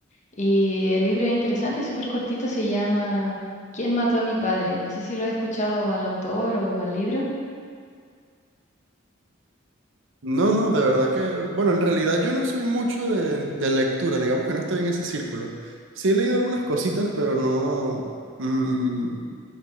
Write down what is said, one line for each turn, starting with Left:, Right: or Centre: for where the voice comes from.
Left: Y el libro es interesante, es súper cortito, se llama ¿Quién mató a mi padre? No sé si lo he escuchado al autor o al libro.
Right: No, no, de verdad que, bueno, en realidad yo no soy mucho de, de lectura, digamos que no estoy en ese círculo. Sí he leído algunas cositas, pero no, mm,